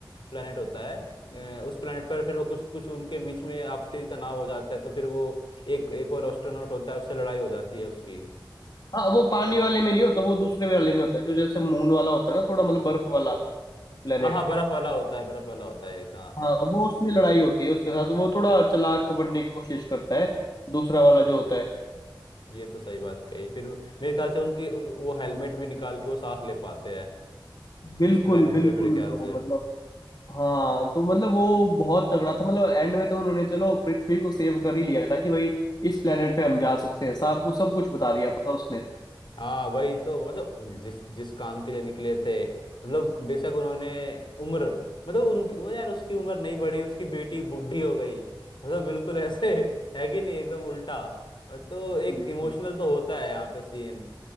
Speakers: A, on the left; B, on the left.
A: प्लेनेट होता है अ, उस प्लेनेट पर फिर वो कुछ कुछ उनके बीच में आपसी तनाव हो जाता है तो फिर वो एक एक और एस्ट्रोनॉट होता है उससे लड़ाई हो जाती है उसकी
B: हाँ वो पानी वाले में नहीं होता वो दूसरे वाले में होता है जो जैसे मून वाला होता है ना थोड़ा मतलब बर्फ वाला प्लेनेट
A: हाँ हाँ बर्फ वाला होता है बर्फ वाला होता है एक हाँ
B: हाँ वो उसमें लड़ाई होती है उसके साथ वो थोड़ा चालाक बनने की कोशिश करता है दूसरा वाला जो होता है
A: ये तो सही बात कही फिर वो- मेरे ख्याल से उनकी उ- वो हेलमेट भी निकाल के वो सांस ले पाते हैं
B: बिल्कुल
A: उस प्लेनेट
B: बिल्कुल
A: पे मेरे ख्याल
B: ब्रो
A: से
B: मतलब हाँ तो मतलब वो बहुत तगड़ा था मतलब एंड में तो उन्होंने चलो पृथ्वी को सेव कर ही लिया था कि भाई इस प्लेनेट पे हम जा सकते हैं साहब को सब कुछ बता दिया था उसने
A: हाँ वही तो मतलब जिस जिस काम के लिए निकले थे मतलब बेशक उन्होंने उम्र मतलब उनकी मतलब यार उसकी उम्र नहीं बढ़ी उसकी बेटी बूढ़ी हो गई मतलब बिल्कुल ऐसे <laughs> है कि नहीं एकदम उल्टा तो एक
B: बिल्कुल
A: इमोशनल तो होता है यहाँ पे सीन